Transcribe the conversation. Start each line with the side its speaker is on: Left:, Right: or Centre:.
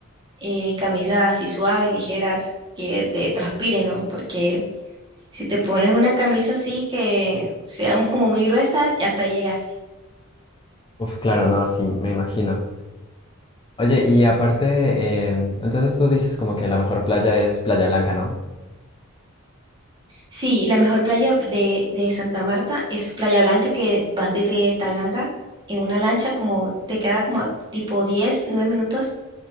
Right: eh, camisas así suaves, ligeras, que te transpiren, ¿no? Porque si te pones una camisa así que sea mu- como muy gruesa, ya hasta ahí llegaste.
Left: Uf, claro, no, sí, me imagino. Oye, y aparte, em, entonces tú dices como que la mejor playa es Playa Blanca, ¿no?
Right: Sí, la mejor playa de, de Santa Marta es Playa Blanca, que vas desde Taganga en una lancha, como te queda como tipo 10, 9 minutos